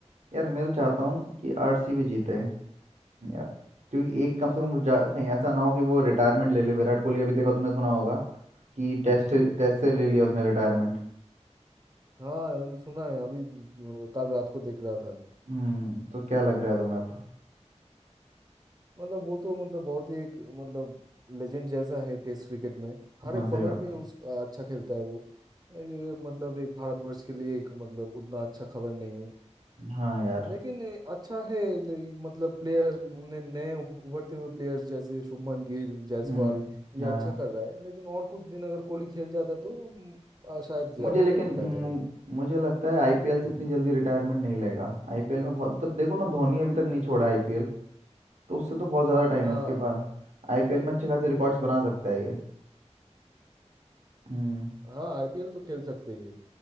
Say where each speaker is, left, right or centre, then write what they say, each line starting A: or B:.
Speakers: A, on the right; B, on the right.
A: यार मैं तो चाहता हूँ कि आरसीबी जीते यार क्योंकि एक कम से कम जा- कहीं ऐसा ना हो कि वो रिटायरमेंट ले ले विराट कोहली अभी देखो तुमने सुना होगा कि टेस्ट टेस्ट से ले लिया उसने रिटायरमेंट
B: हाँ मैंने सुना है अभी अ, कल रात को देख रहा था
A: हम्म तो क्या लग रहा है तुम्हें अब
B: मतलब वो तो मतलब बहुत ही एक मतलब लेजेंड जैसा है टेस्ट क्रिकेट में हर
A: हाँ
B: एक
A: सही
B: फॉर्मेट
A: बात
B: में उस
A: है
B: अच्छा खेलता है वो ये मतलब एक भारतवर्ष के लिए एक मतलब उतना अच्छा खबर नहीं है
A: हाँ
B: अ,
A: यार
B: लेकिन ये अच्छा है ले- मतलब प्लेयर्स ने नए उभ- उभरते हुए प्लेयर्स जैसे शुभमन गिल जायसवाल
A: हम्म
B: ये
A: हाँ
B: अच्छा कर रहा है लेकिन और कुछ दिन अगर कोहली खेल जाता तो म, अ, शायद ज्यादा
A: मुझे
B: बेहत,
A: लेकिन मु-
B: बेहतर होता
A: मुझे लगता है आईपीएल से इतनी जल्दी रिटायरमेंट नहीं लेगा आईपीएल में बहुत जब देखो ना धोनी अभी तक नहीं छोड़ा आईपीएल तो उससे तो बहुत ज़्यादा टाइम
B: हाँ
A: है इसके पास आईपीएल में अच्छे खासे रिकॉर्ड्स बना सकता है ये हम्म
B: हाँ आईपीएल तो खेल सकते ही है